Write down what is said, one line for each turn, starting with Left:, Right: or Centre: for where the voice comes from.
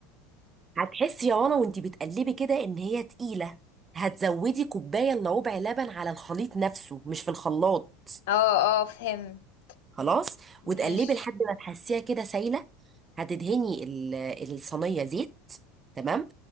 Right: هتحسي يا رنا وانتي بتقلبي كده ان هي تقيله هتزودي كوبايه الا ربع لبن على الخليط نفسه مش في الخلاط
Left: اه اه فهمت
Right: خلاص وتقلبي
Left: ماشي
Right: لحد ما تحسيها كده سايله هتدهني ال- الصينيه زيت تمام